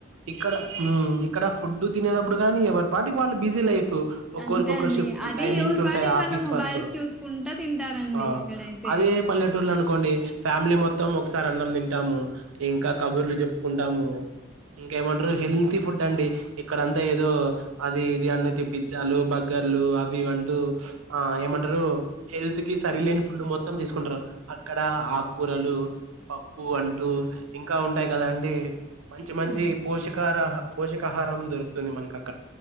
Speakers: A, on the right; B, in the centre.
A: ఇక్కడ ఊమ్ ఇక్కడ ఫుడ్ తినేప్పుడు గానీ ఎవరి పాటికి వాళ్ళు బిజీ లైఫ్ ఒక్కొరికి
B: అంతే
A: ఒక్కో
B: అండి
A: షిఫ్
B: అది
A: టైమింగ్స్
B: ఎవరి
A: ఉంటాయి
B: పాటికి
A: ఆఫీస్
B: వాళ్ళ మొబైల్స్
A: వర్కు
B: చూసుకుంటా తింటారండి
A: ఆ
B: ఇక్కడైతే
A: అదే ఇదే పల్లెటూర్లు అనుకోండి ఫ్యామిలీ మొత్తం ఒకసారి అన్నం తింటాము ఇంకా కబుర్లు చెబుతాము కుంటాము ఇంకేమంటారు హెల్తీ ఫుడ్ అండి ఇక్కడంతా ఏదో అది ఇది అన్నితి పిజ్జాలు బర్గర్ బర్గర్లు అవి ఇవ్ అంటూ ఆ ఏమంటరు హెల్త్ కి సరిలేని ఫుడ్ మొత్తం తీసుకుంట్రూ ఆ అక్కడ ఆకూరలు పప్పు అంటూ ఇంకా ఉంటాయి కదా అండి మంచి మంచి
B: అవును
A: పోషకారహ పోషకాహారం దొరుకుతుంది మన అక్కడ